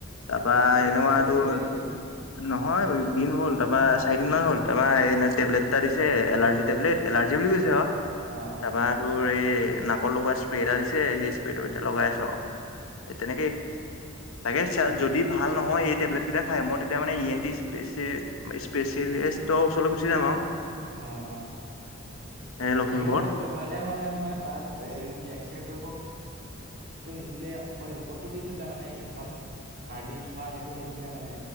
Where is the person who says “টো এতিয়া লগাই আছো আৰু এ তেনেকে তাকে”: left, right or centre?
Left